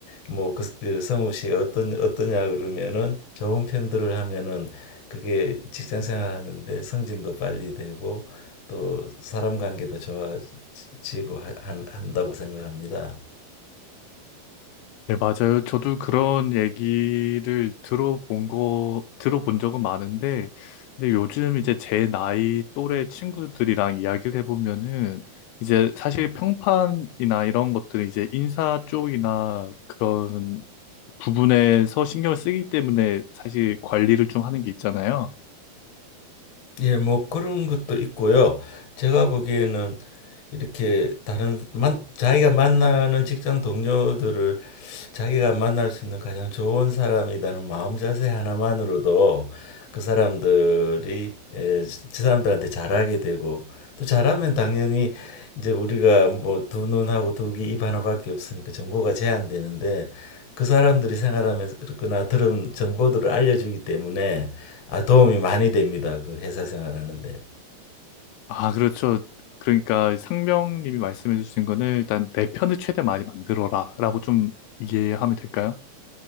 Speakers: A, on the left (about 55°); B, on the left (about 80°).
A: 뭐 그 성우 씨가 어떤 어떠냐 그러면은 좋은 평들을 하면은 그게 직장 생활하는데 승진도 빨리 되고 또 사람 관계도 좋아지고 하, 한, 한다고 생각합니다.
B: 네, 맞아요. 저도 그런 얘기를 들어본 거, 들어본 적은 많은데, 근데 요즘 이제 제 나이 또래 친구들이랑 이야기를 해보면은, 이제 사실 평판이나 이런 것들은 이제 인사 쪽이나 그런 부분에서 신경을 쓰기 때문에 사실 관리를 좀 하는 게 있잖아요.
A: 예, 뭐 그런 것도 있고요. 제가 보기에는 이렇게 다른 만, 자기가 만나는 직장 동료들을 자기가 만날 수 있는 가장 좋은 사람이라는 마음 자세 하나만으로도 그 사람들이 에, 저 사람들한테 잘하게 되고 또 잘하면 당연히 이제 우리가 뭐 두 눈하고 두 귀 입 하나밖에 없으니까 정보가 제한되는데 그 사람들이 생활하면서나 들은 정보들을 알려주기 때문에 아, 도움이 많이 됩니다. 그 회사 생활하는데
B: 아, 그렇죠. 그러니까 상명님이 말씀해 주신 거는 일단 내 편을 최대 많이 만들어라 라고 좀 이해하면 될까요?